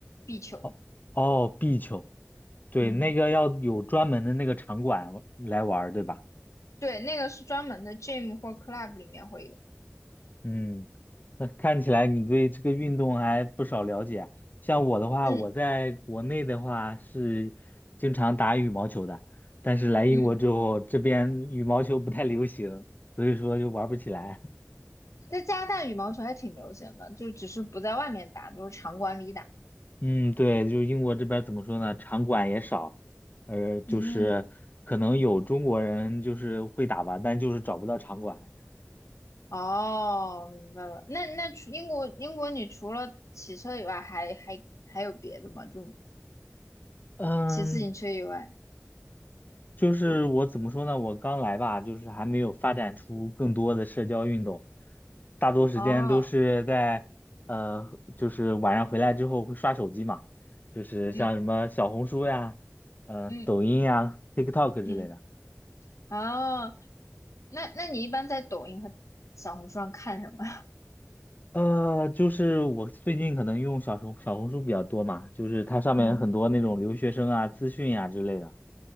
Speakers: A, on the left; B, on the left.
A: 壁球。
B: 哦哦，壁球，对，
A: 嗯，
B: 那个要有专门的那个场馆来玩儿，对吧？
A: 对，那个是专门的 gym 或 club 里面会有。
B: 嗯，那看起来你对这个运动还不少了解啊像我的话，
A: 嗯
B: 我在国内的话是经常打羽毛球的，但是来英国之后，
A: 嗯，
B: 这边羽毛球不太流行，所以说就玩不起来。
A: 在加拿大羽毛球还挺流行的，就只是不在外面打，都是场馆里打。
B: 嗯，对，就是英国这边儿怎么说呢，场馆也少，呃，就是可能有中国人就是会打吧，
A: 嗯，
B: 但就是找不到场馆。
A: 哦，明白了。那那除英国英国，你除了骑车以外还，还还有别的吗？就
B: 嗯，
A: 骑自行车以外。
B: 就是我怎么说呢？我刚来吧，就是还没有发展出更多的社交运动，大多时间都是在呃，
A: 哦，
B: 就是晚上回来之后会刷手机嘛，就是像什么小红书呀、
A: 嗯
B: 呃抖音呀、
A: 嗯
B: TikTok
A: 嗯。
B: 之类的。
A: 哦，那那你一般在抖音和小红书上看什么呀？
B: 呃，就是我最近可能用小红小红书比较多嘛，就是它上面很多那种留学生啊、
A: <laughs> 嗯，
B: 资讯呀、之类的，